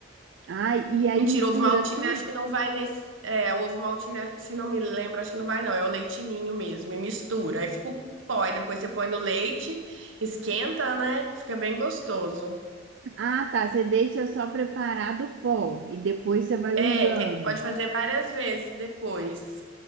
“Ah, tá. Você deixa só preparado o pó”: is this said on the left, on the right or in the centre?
Right